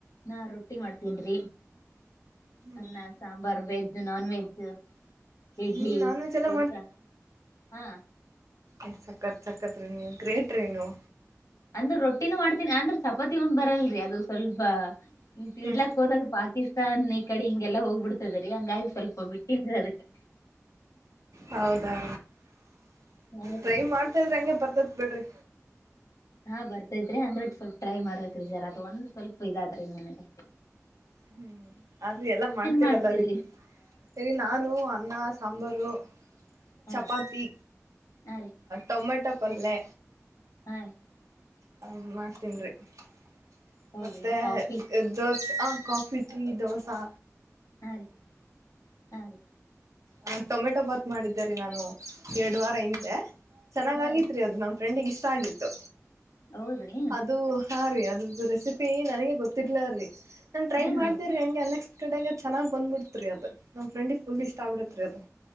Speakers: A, on the left; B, on the right.
A: ನಾ ರೊಟ್ಟಿ ಮಾಡ್ತೇನ್ರಿ
B: ಹ್ಮ್
A: ಅನ್ನ ಸಾಂಬಾರ್ ವೆಜ್ ನಾನ್ ವೆಜ್ <unintelligible> ಇಡ್ಲಿ
B: ಹ್ಮ್ ನಾನ್
A: <inaudible>
B: ವೆಜ್ ಎಲ್ಲ
A: ದೋಸಾ <inaudible> ಹಾ
B: ಏನ್ ಸಕ್ಕತ್ ಸಕ್ಕತ್ ರೀ ನೀವ್ ಗ್ರೇಟ್ರೀ ನೀವು
A: ಅಂದ್ರೆ ರೊಟ್ಟಿನು ಮಾಡ್ತೀನಿ ಅಂದ್ರ ಚಪಾತಿ ಒಂದು ಬರಲ್ರರಿ ಅದು ಸ್ವಲ್ಪ ತಿಡ್ಲಕ್
B: ಹ್ಮ್
A: ಹೋದ್ಗ ಪಾಕಿಸ್ತಾನ್ ಕಡೆ ಹಿಂಗೆಲ್ಲ ಹೋಗಿಬಿಡುತ್ತೆ ರಿ ಹಂಗಾಯ ಸ್ವಲ್ಪ ಬಿಟ್ಟಿದ್ರಿ ಅದಕ್ಕೆ
B: ಹೌದೌ
A: ಹಾ
B: ಟ್ರೈ
A: ರೀ
B: ಮಾಡ್ತಾ ಇದ್ರೆ ಹಂಗೆ ಬರ್ತದ ಬಿಡ್ರಿ
A: ಹಾ ಬರ್ತ ಇದ್ರೆ ಅಂದ್ರೆಟ್ಟ ಸ್ವಲ್ಪ ಟ್ರೈ ಮಾಡ್ಬೇಕ್ರಿ ಜರ್ ಅದು ಒಂದು ಸ್ವಲ್ಪ ಇದಾದ್ರೆ ಇನ್ ಮನೆಗೆ
B: ಹ್ಮ್ ಅದ್ರು ಎಲ್ಲಾ ಮಾಡ್ತೀರಲ್ಲ
A: ಮಾಡ್ತೀರಿ
B: ರೀ <inaudible> ರೀ ನಾನು ಅನ್ನ ಸಾಂಬಾರು
A: ಹಾ
B: ಚಪಾತಿ
A: ರೀ ಹಾ ರೀ
B: ಟೊಮೆಟ್ <unintelligible> ಪಟ್ಟಪಲ್ಲೆ
A: <unintelligible>
B: ಹಾ ಮಾಡ್ತೀನ್ರಿ <inaudible>
A: ಹೌದ್ರಿ
B: ಮತ್ತೆ
A: ಕಾಫಿ
B: ದೋಸೆ ಹಾ ಕಾಫಿ ಟೀ ದೋಸಾ
A: ಹಾ ರೀ <unintelligible> ಹಾ ರೀ
B: ಹ ಟೊಮೆಟೊ ಬಾತ್ ಮಾಡಿದ್ದೇರಿ ನಾನು ಎರಡ್ ವಾರ ಹಿಂದೆ ಚೆನ್ನಾಗ್
A: ಹಾ
B: ಆಗಿತ್ರಿ
A: ರೀ
B: ಅದು ನಮ್ಮ್ ಫ್ರೆಂಡಿಗೆ ಇಷ್ಟ ಆಗಿತ್ತು
A: ಹೌದ್ರಿ
B: <inaudible> ಅದು ಹಾ ರೀ ಅದು ರೆಸಿಪಿ ನನಗೆ ಗೊತ್ತಿರ್ಲ ರೀ ನಾನ್
A: ಹ್ಮ
B: ಟ್ರೈ ಮಾಡ್ದೇ
A: ಹ
B: ರೀ ಹಂಗೆ ಅನ್ನ <unintelligible> ಚೆನ್ನಾಗಿ ಬಂದ್ಬಿಡ್ತ್ ರೀ ಅದು ನಮ್ಮ ಫ್ರೆಂಡಿಗೆ ಫುಲ್ ಇಷ್ಟ ಆಗ್ಬಿಟಿತ್ ರೀ ಅದು